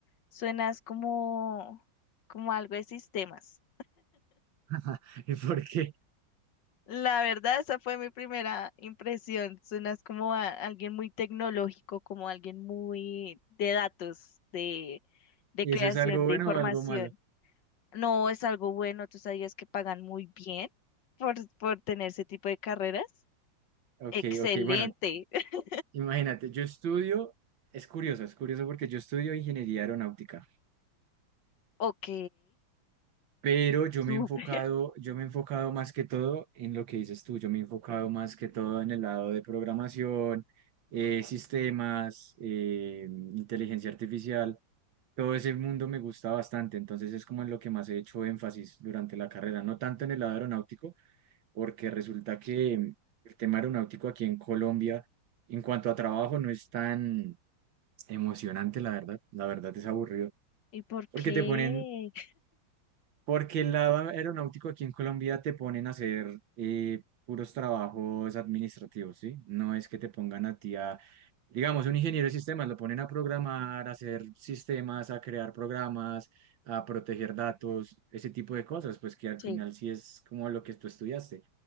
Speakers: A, on the left; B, on the right.
A: suenas como, como algo de sistemas.
B: <laughs> ¿Y por qué?
A: La verdad, esa fue mi primera impresión. Suenas como a alguien muy tecnológico, como alguien muy de datos, de, de
B: ¿Y
A: creación
B: eso es algo
A: de
B: bueno
A: información.
B: o algo malo?
A: No es algo bueno, tú sabías que pagan muy bien por, por tener ese tipo de carreras.
B: Ok,
A: Excelente.
B: ok, bueno,
A: <laughs>
B: imagínate, yo estudio, es curioso, es curioso porque yo estudio ingeniería aeronáutica.
A: Ok,
B: Pero yo
A: súper.
B: me he enfocado, yo me he enfocado más que todo en lo que dices tú, yo me he enfocado más que todo en el lado de programación, eh, sistemas, eh, inteligencia artificial, todo ese mundo me gusta bastante, entonces es como en lo que más he hecho énfasis durante la carrera, no tanto en el lado aeronáutico, porque resulta que mm, el tema aeronáutico aquí en Colombia, en cuanto a trabajo, no es tan emocionante, la verdad, la verdad es aburrido,
A: ¿Y por qué?
B: porque te ponen porque el lado aeronáutico aquí en Colombia te ponen a hacer eh, puros trabajos administrativos, ¿sí? No es que te pongan a ti a, digamos, un ingeniero de sistemas, lo ponen a programar, a hacer sistemas, a crear programas, a proteger datos, ese tipo de cosas, pues que al
A: Sí,
B: final sí es como lo que tú estudiaste.